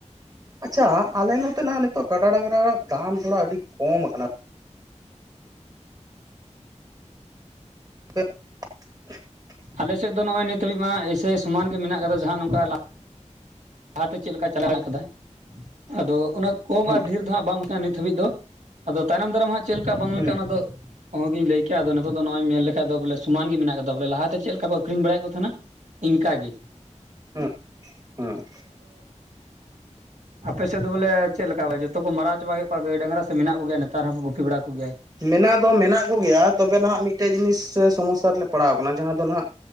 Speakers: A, on the right; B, on the right.
A: ᱟᱪᱪᱷᱟ ᱟᱞᱮ ᱱᱚᱛᱮ ᱱᱟᱜ ᱱᱤᱛᱚᱜ ᱠᱟᱰᱟ ᱰᱟᱝᱨᱟ ᱫᱟᱢ ᱛᱷᱚᱲᱟ ᱟᱹᱰᱤ ᱠᱚᱢ ᱠᱟᱱᱟ <unintelligible> ᱦ
B: ᱟᱞᱮ ᱥᱮᱫ ᱫᱚ ᱱᱚᱜᱼᱚᱭ ᱱᱤᱛᱟᱹᱵᱤᱡ ᱢᱟ ᱮᱭᱥᱮ ᱥᱚᱢᱟᱱ ᱜᱮ ᱢᱮᱱᱟᱜ ᱠᱟᱫᱟ ᱡᱟᱦᱟᱸ ᱱᱚᱝᱠᱟ ᱞᱟ ᱞᱟᱦᱟᱛᱮ ᱪᱮᱫ ᱞᱮᱠᱟ ᱪᱟᱞᱟᱣ ᱠᱟᱫᱟ ᱟᱫᱚ ᱚᱱᱟ ᱠᱚᱢ
A: ᱦᱩᱸ
B: ᱟᱨ ᱰᱷᱮᱨ ᱫᱚ ᱦᱟᱸᱜ ᱵᱟᱝ ᱱᱤᱛ ᱦᱟᱹᱵᱤᱡ ᱫᱚ ᱟᱫᱚ ᱛᱟᱭᱚᱢᱱ ᱫᱟᱨᱟᱢ ᱦᱟᱸᱜ ᱪᱮᱫ ᱞᱮᱠᱟ ᱵᱟᱝ
A: ᱦᱩᱸ
B: ᱞᱮᱠᱟ ᱚᱱᱟ ᱫᱚ ᱚᱦ ᱜᱤᱧ ᱞᱮᱭᱠᱮᱭᱟ ᱟᱫᱚ ᱱᱤᱛᱚᱜ ᱫᱚ ᱱᱚᱜᱼᱚᱭ ᱢᱮᱱ ᱞᱮᱠᱷᱟᱡ ᱫᱚ ᱵᱚᱞᱮ ᱥᱚᱢᱟᱱ ᱜᱮ ᱢᱮᱱᱟᱜ ᱟᱠᱟᱫᱟ ᱵᱚᱞᱮ ᱞᱟᱦᱟᱛᱮ ᱪᱮᱫ ᱞᱮᱠᱟ ᱠᱚ ᱟᱹᱠᱷᱨᱤᱧ ᱵᱟᱲᱟᱭᱮᱫ ᱠᱚ ᱛᱟᱦᱮᱱᱟ ᱤᱧᱠᱟᱜᱮ
A: ᱦᱮᱸ ᱦᱮᱸ
B: ᱟᱯᱮ ᱥᱮᱫ ᱫᱚ ᱵᱚᱞᱮ ᱪᱮᱫ ᱞᱮᱠᱟᱯᱮ ᱡᱚᱛᱚ ᱠᱚ ᱢᱟᱨᱟᱣ ᱪᱟᱵᱟ ᱠᱮᱫ ᱠᱚᱣᱟ ᱜᱟᱹᱭ ᱰᱟᱝᱨᱟ ᱥᱮ ᱢᱮᱱᱟᱜ ᱠᱚᱮᱭᱟ ᱱᱮᱛᱟᱨ ᱦᱚᱸᱠᱚ ᱜᱩᱯᱤ ᱵᱟᱲᱟ ᱠᱚ ᱜᱮᱭᱟ
A: ᱢᱮᱱᱟᱜ ᱫᱚ ᱢᱮᱱᱟᱜ ᱠᱚᱜᱮᱭᱟ ᱛᱚᱵᱮ ᱱᱟᱦᱟᱜ ᱢᱤᱫᱴᱮᱡ ᱡᱤᱱᱤᱥ ᱥᱚᱢᱚᱥᱥᱟ ᱨᱮᱞᱮ ᱯᱟᱲᱟᱣ ᱠᱟᱱᱟ ᱡᱟᱦᱟᱸ ᱫᱚ ᱱᱟᱦᱟᱜ